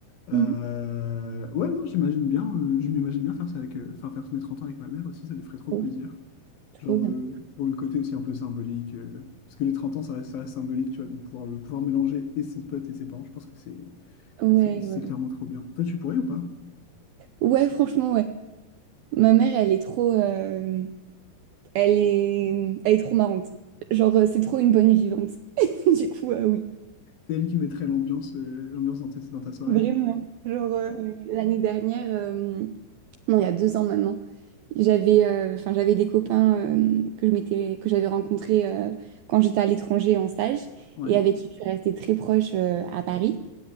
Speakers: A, on the left; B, on the right.
A: Euh,
B: Mhm.
A: ouais, non, j'imagine bien, euh, je m'imagine bien faire ça avec, euh, enfin, faire mes 30 ans avec ma mère aussi, ça lui ferait trop
B: Oh,
A: plaisir.
B: trop
A: Genre,
B: bien.
A: euh, pour le côté aussi un peu symbolique, euh, parce que les 30 ans, ça reste, ça reste symbolique, tu vois, donc pouvoir, le, pouvoir mélanger et ses potes et ses parents, je pense que c'est,
B: Ouais,
A: c'est, c'est
B: ouais, ouais.
A: clairement trop bien. Toi, tu pourrais ou pas?
B: Ouais, franchement, ouais. Ma mère, elle est trop... euh, Elle est, elle est trop marrante. Genre, euh, c'est trop une bonne vivante. <laughs> Du coup, euh, oui,
A: C'est elle qui mettrait l'ambiance, euh, l'ambiance dans, tes- dans ta soirée.
B: vraiment. Genre, euh, l'année dernière, euh, non, il y a deux ans maintenant, j'avais euh, enfin, j'avais des copains euh, que je m'étais, que j'avais rencontrés euh, quand j'étais à l'étranger en stage
A: Ouais,
B: et avec qui je suis restée très proche euh, à Paris.